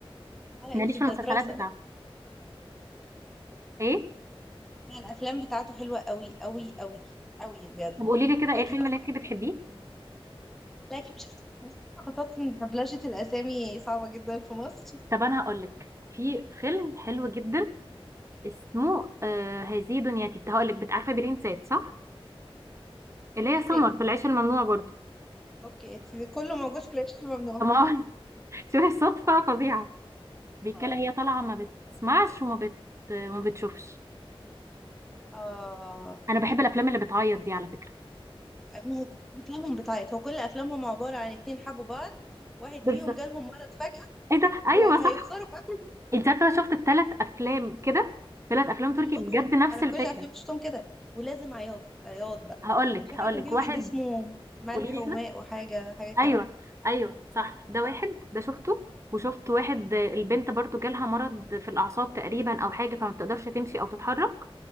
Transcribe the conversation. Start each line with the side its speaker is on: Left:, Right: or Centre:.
Centre: ولا
Right: ماليش
Centre: انتي
Right: في
Centre: ده
Right: المسلسلات
Centre: دراسة
Right: بتاعته
Centre: ده
Right: ايه
Centre: لا الافلام بتاعته حلوة قوي قوي قوي قوي بجد
Right: طب قولي لي كده ايه
Centre: جات
Right: الفيلم
Centre: لي فترة
Right: اللي انت بتحبيه
Centre: كان- لا اكيد مش شفت خاصة ان دبلجة الاسامي صعبة جدا في مصر
Right: طب انا هقول لك في فيلم حلو جدا اسمه آه هذه دنيتي كنت هقول لك بت- عارفه برين سات صح
Centre: مين
Right: اللي هي
Centre: الاسامي
Right: سمر في العيش الممنوع برضه
Centre: اوكي انتي كله موجود في العيش الممنوع
Right: طب ما هو <laughs> شوفي الصدفه فظيعه بيتكلم
Centre: اه
Right: هي طالعه ما بتسمعش وما بت... وما بتشوفش
Centre: آه.
Right: انا بحب الافلام اللي بتعيط دي على فكره
Centre: ما هو افلامهم بتاعت هو كل افلامهم عبارة عن اتنين حبوا بعض واحد
Right: بالظبط
Centre: فيهم جالهم مرض فجأة
Right: ايه ده
Centre: وهيخسروا
Right: ايوه صح
Centre: في
Right: انت عارفه انا شفت الثلاث افلام كده ثلاث افلام
Centre: كلهم
Right: تركي بجد نفس
Centre: انا كل
Right: الفكره
Centre: الافلام شفتهم كده ولازم عياط عياط بقى
Right: هقول لك
Centre: شكله
Right: هقول
Centre: كان
Right: لك
Centre: في
Right: واحد
Centre: واحد اسمه ملح
Right: قولي
Centre: وماء
Right: لي كده
Centre: وحاجه حاجه
Right: ايوه
Centre: كده
Right: ايوه صح ده واحد ده شفته وشفت واحد آه، البنت برضو جالها مرض في الاعصاب تقريبا او حاجه فما بتقدرش تمشي او تتحرك